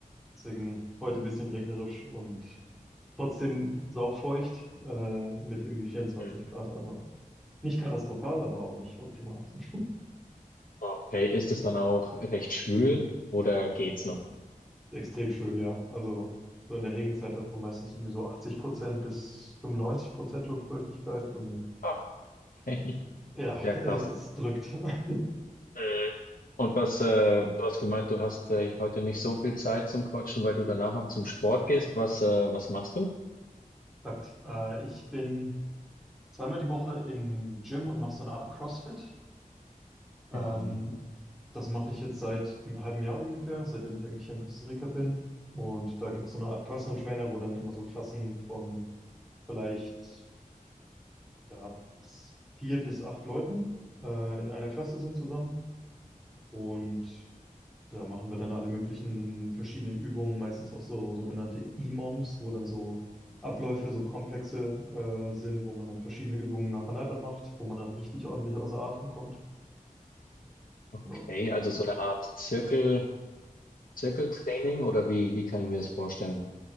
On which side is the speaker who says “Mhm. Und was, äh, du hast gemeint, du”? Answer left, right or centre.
Left